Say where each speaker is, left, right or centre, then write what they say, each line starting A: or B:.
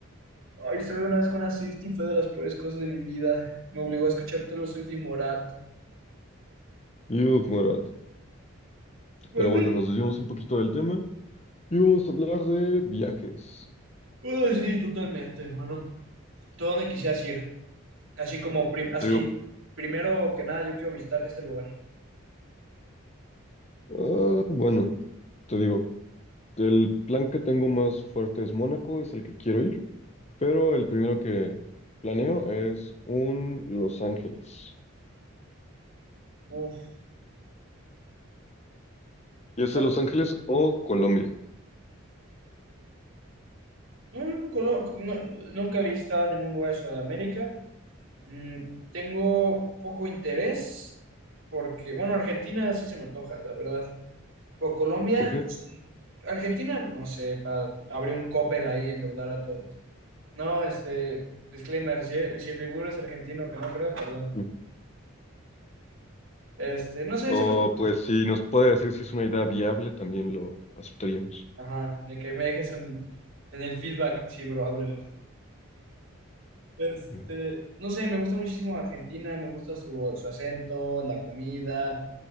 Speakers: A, on the right; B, on the left.
A: Ay, estuve una vez con una Swiftie, fue de las peores cosas de mi vida. Me obligó a escuchar Taylor Swift y Morat.
B: Yuh, Morat.
A: ¿Morat?
B: Pero bueno, nos desviamos un poquito del tema. Y vamos a hablar de viajes.
A: Ay, sí, totalmente, hermano. ¿Tú a dónde quisieras ir? Así como, prim- así,
B: Te digo,
A: primero que nada, yo quiero visitar este lugar.
B: ah, bueno, te digo, el plan que tengo más fuerte es Mónaco, es el que quiero ir, pero el primero que planeo es un Los Ángeles.
A: Uf,
B: Ya
A: Los
B: sea Los Ángeles o Colombia.
A: Mm, Colo- no- nunca he visitado ningún lugar de Sudamérica. Mm, tengo poco interés porque, bueno, Argentina sí se me antoja, la verdad. Pero Colombia,
B: ¿Por qué?
A: no sé. Argentina, no sé, para abrir un copel ahí, endeudar a todos. No, este, disclaimer, si, si el Dibu es argentino, que no creo, perdón.
B: Mm.
A: Este, no sé,
B: O
A: se me...
B: pues si nos puede decir si es una idea viable, también lo aceptaríamos.
A: Ajá, de que me dejes en, en el feedback. Sí, bro, ábrelo. Este,
B: Mm.
A: no sé, me gusta muchísimo Argentina, me gusta su, su acento, la comida,